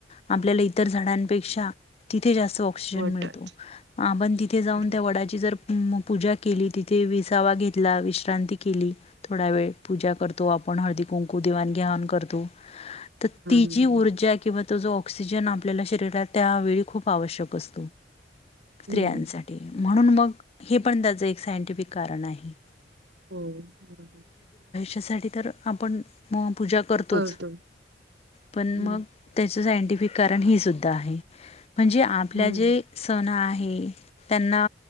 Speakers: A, on the left (about 35°); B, on the right (about 80°).
A: आपल्याला इतर झाडापेक्षा तिथे जास्त ऑक्सिजन
B: वटच.
A: मिळतो. आपण तिथे जाऊन
B: हम्म,
A: त्या वडाची जर म पूजा केली तिथे विसावा घेतला, विश्रांती केली, थोडा वेळ पूजा करतो आपण आपण हळदी कुंकू, देवाण घेवाण, करतो. तर ती
B: हम्म.
A: जी ऊर्जा, किंवा तो जो ऑक्सिजन, आपल्याला शरीरात त्यावेळी खूप आवश्यक असतो. स्त्रियांसाठी.
B: हम्म.
A: म्हणून मग, हे पण, त्याचं एक सायंटिफिक कारण आहे.
B: हो बरोबर.
A: त्या साठी तर आपण पूजा करतोच
B: करतो.
A: पण
B: हम्म,
A: मग त्या त्याच सायंटिफिक कारण हे सुद्धा आहे. म्हणजे आपल्या
B: हम्म,
A: जे सण आहे- हे त्यांना